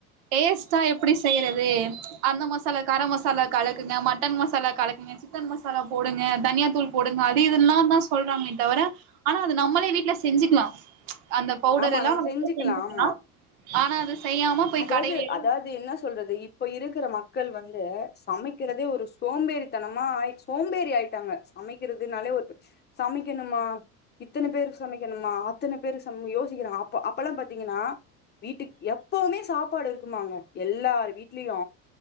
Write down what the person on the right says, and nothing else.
டேஸ்டா எப்டி செய்யறது அந்த மசாலா கரோ மசாலா கலக்குங்க மட்டன் மசாலா கலக்குங்க சிக்கன் மசாலா போடுங்க தன்யா தூள் போடுங்க அது இதுல்லான்தா சொல்றாங்ளே தவிர ஆனா அது நம்மளே வீட்ல செஞ்சுக்லா அந்த பவுடர்
எல்லா
நம்மளே
செஞ்சுக்லா
ஆனா அத செய்யாம போய்
கடையிலலா